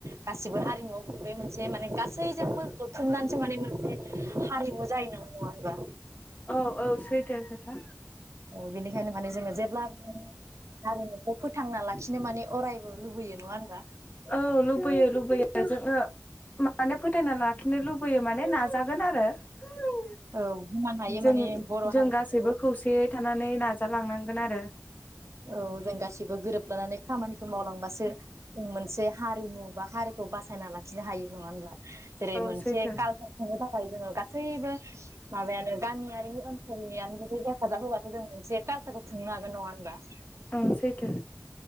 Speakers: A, on the right; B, on the left.
A: गासिबो हारिमुआव गुबै मोनसे माने गासैजोंबो जथुमनान सो माने मोनसे हारिमु जायो <unintelligible> होनबा नङा
B: औ औ सैथो नोंथां।
A: बेनिखायनो माने जोङो जेब्ला हारिमुखौ फोथांना लाखिनो माने अरायबो लुबैयो नङा होनबा?
B: औ लुबैयो लुबैयो जोङो मा माने फोथायना लाखिनो लुबैयो माने नाजा गोन आरो <inaudible>
A: औ बुंनो हायो
B: जों
A: माने बर'
B: जों
A: हारिमुखौ
B: गासैबो खौसेयै थानानै नाजालांनांगोन आरो।
A: औ जों गासिबो गोरोबलानानै खामानिखौ मावलांबासो जों मोनसे हारिमु बा हारिखौ बासायना लाखिनो हायो नङा होमब्ला? जेरै
B: औ
A: मोनसे
B: सैथो
A: काल <unintelligible> खुंनो थाखा थाय जोङो गासैबो माबायानो गामियारिनि ओनसोलनियानो जुदि हेफाजाब होबाथ' जों मोनसे कालचारखौ खुंनो हागोन नङा होमबा? <inaudible> बेनिखायनो
B: ओं सैथो